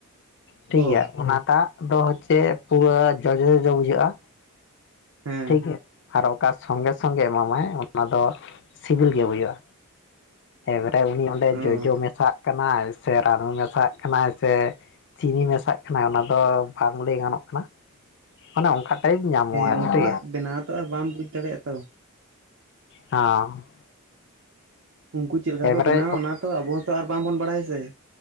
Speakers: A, on the left; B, on the right.
A: ᱴᱷᱤᱠ
B: ᱚ
A: ᱜᱮᱭᱟ ᱚᱱᱟᱴᱟᱜ ᱫᱚ ᱪᱮᱜ ᱯᱩᱨᱟᱹᱡᱚᱡᱚ ᱵᱩᱡᱷᱟᱹᱜᱼᱟ
B: ᱦᱮᱸ
A: ᱴᱷᱤᱠ ᱜᱮᱭᱟ ᱟᱨ ᱚᱠᱟ ᱥᱚᱝᱜᱮ ᱥᱚᱝᱜᱮ ᱮᱢᱟᱢᱟᱭ ᱚᱱᱟ ᱫᱚ ᱥᱤᱵᱤᱞ ᱜᱮ ᱵᱩᱡᱟᱹᱜᱼᱟ ᱮᱵᱟᱨᱮ ᱩᱱᱤ ᱚᱸᱰᱮ
B: ᱚ
A: ᱡᱚᱡᱚ ᱢᱮᱥᱟᱜ ᱠᱟᱱᱟᱭ ᱥᱮ ᱨᱟᱱᱩ ᱢᱮᱥᱟᱜ ᱠᱟᱱᱟᱭ ᱥᱮ ᱪᱤᱱᱤ ᱢᱮᱥᱟᱜ ᱠᱟᱱᱟ ᱚᱱᱟᱫᱚ ᱵᱟᱝ ᱞᱟᱹᱭ ᱜᱟᱱᱚᱜ ᱠᱟᱱᱟ ᱢᱟᱱᱮ ᱚᱝᱠᱟ ᱴᱟᱭᱤᱯ ᱧᱟᱢᱚᱜᱼᱟᱨᱴᱤ
B: ᱦᱮᱸ ᱩᱱᱠᱩᱣᱟᱜ ᱵᱮᱱᱟᱣ ᱛᱚ ᱟᱨ ᱵᱟᱢ ᱵᱩᱡᱽ ᱫᱟᱲᱮᱭᱟᱜᱼᱟ ᱛᱚ
A: ᱦᱟ
B: ᱩᱝᱠᱩ ᱪᱮᱜᱠᱟ
A: ᱮᱵᱟᱨᱮ
B: ᱠᱚ ᱵᱮᱱᱟᱣᱟ ᱚᱱᱟ ᱛᱚ ᱟᱵᱚ ᱦᱚᱸᱛᱚ ᱟᱨ ᱵᱟᱝ ᱵᱚᱱ ᱵᱟᱲᱟᱭᱟ ᱥᱮ